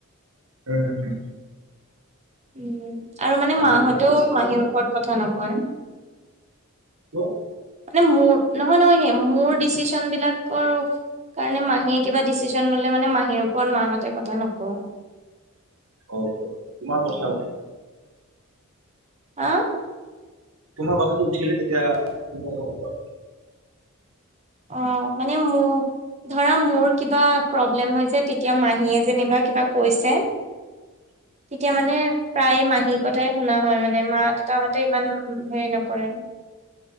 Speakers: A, on the right; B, on the right.
A: হয় নেকি?
B: উম, আৰু মানে
A: মাহী
B: মাহঁতেও
A: তোমাক বেছি দিয়া
B: মাহীৰ ওপৰত কথা নকয়।
A: ত
B: মানে মোৰ, নহয় নহয় সেইয়া মোৰ ডিচিশন বিলাকৰো কাৰণে মাহীয়ে কিবা ডিচিশন ললে মানে মাহীৰ ওপৰত মাহঁতে কথা নকয়।
A: অ' সেইটো তোমাৰ কথা
B: হা
A: তোমাৰ কথাটো উঠিলে তেতিয়া, তুমি একো নোকোৱা?
B: অ', মানে মোক ধৰা মোৰ, কিবা প্ৰব্লেম হৈছে তেতিয়া মাহীয়ে যেনিবা কিবা কৈছে
A: <inaudible>
B: তেতিয়া মানে প্ৰায় মাহীৰ কথাই শুনা হয় মানে, মা দেউতাহঁতে ইমান হেৰি নকৰে।